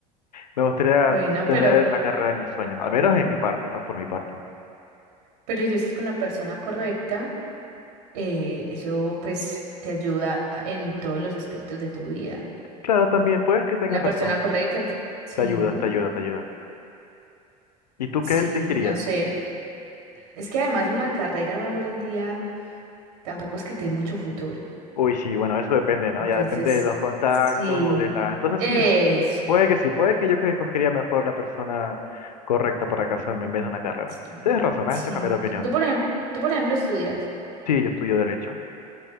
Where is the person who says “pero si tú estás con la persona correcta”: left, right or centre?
Right